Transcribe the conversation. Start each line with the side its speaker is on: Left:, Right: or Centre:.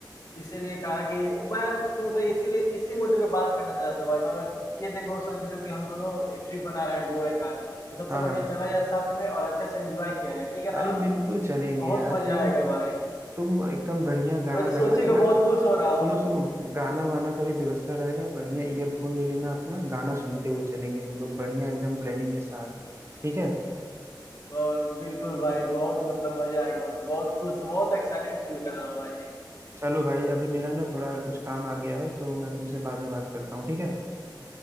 Left: इसीलिए कहा कि मैं तुमसे इसीलिए इसी मुद्दे पे बात करना चाहता था भाई मगर ये देखो संजो कि हम दोनों एक ट्रिप बना रहे हैं गोवा का तो सबसे
Right: हाँ
Left: बढ़िया
Right: हाँ
Left: चला जाए साथ में और अच्छे से एंजॉय किया जाए ठीक है ना
Right: अरे बिल्कुल चलेंगे
Left: बहुत
Right: यार
Left: मजा
Right: तुम
Left: आएगा भाई
Right: तुम एकदम बढ़िया गाना
Left: मैं तो
Right: लगा
Left: सोची
Right: लेना
Left: को बहुत खुश हो रहा हूँ
Right: सुनो सुनो गाना वाना का भी व्यवस्था रहेगा बढ़िया ईयरफोन ले लेना अपना गाना सुनते हुए चलेंगे हम लोग बढ़िया एकदम प्लानिंग के साथ ठीक है
Left: और बिल्कुल भाई बहुत मतलब मजा आएगा मैं तो बहुत खुश बहुत एक्साइटेड फील कर रहा हूँ भाई
Right: चलो भाई अभी मेरा ना थोड़ा कुछ काम आ गया है तो मैं तुमसे बाद में बात करता हूँ ठीक है